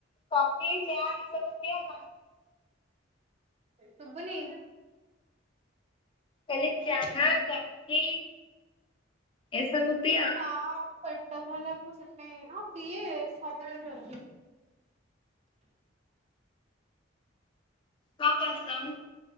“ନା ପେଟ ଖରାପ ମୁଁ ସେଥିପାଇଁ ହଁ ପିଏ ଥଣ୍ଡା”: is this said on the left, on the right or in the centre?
Right